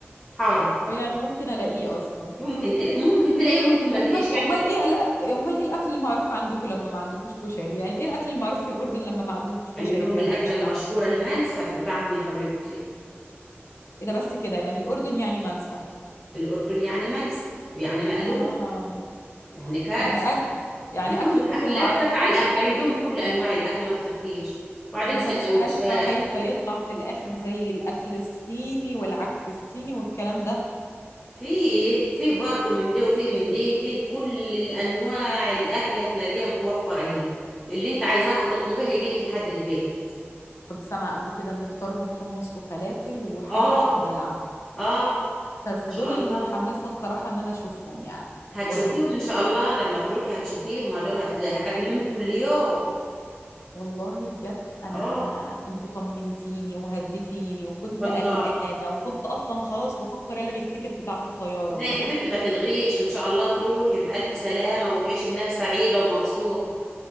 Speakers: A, on the left; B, on the left.
A: حار
B: <laughs> اه يعني ممكن الاقيه اصلا
A: ممكن تل... ممكن تلاقيه وممكن ما
B: امال
A: تلاقيش يعني
B: امال ايه الأ- امال ايه الاكل المعروف عندكم لما ما عندكوش كشري يعني ايه الاكل المعروف في الاردن لما ما عندهمش كشري
A: عندهم
B: بجد
A: الاكله
B: مش
A: المشهوره
B: فاهم
A: المنسف بتاعهم يا حبيبتي
B: ايه ده بس كده يعني الاردن يعني منسف
A: الاردن يعني منسف ويعني مقلوب
B: اه
A: يعني كبسه
B: يعني اكل يعني
A: عندهم
B: اكل كله
A: اكل
B: ما
A: لا
B: عرفوش
A: تخاف على الاكل عندهم كل انواع الاكل ما تخافيش وبعدين
B: ما
A: سندوتشات
B: انا مش عارفه خايفه يطلع في الاخر زي الاكل الصيني والعك الصيني والكلام ده
A: فيه فيه برضه من دي وفيه من دي فيه كل الانواع الاكل هتلاقيها متوفره هنا اللي انت عايزاها هتطلبيها يجيلك لحد البيت
B: كنت سامعه قبل كده ان فطارهم حمص وفلافل وحاجه
A: اه
B: اخر دلع
A: اه
B: بس
A: ان
B: دول
A: شاء
B: اللي
A: الله
B: متحمسة الصراحة ان انا اشوفهم يعني
A: هتشوفيهم
B: وادوقهم
A: ان شاء الله لما تروحي هتشوفيهم هدول هتل... هتاكلي منهم كل يوم
B: والله بجد انا
A: اه
B: انا انتي طمنتيني وهديتيني وكنت
A: والله
B: قلقانة وكنت اصلا خلاص بفكر الغي التيكت بتاعة الطيارة
A: لا
B: والله
A: يا حبيبتي ما تلغيش ان شاء الله تروحي بالف سلامه وتعيشي هناك سعيده ومبسوطه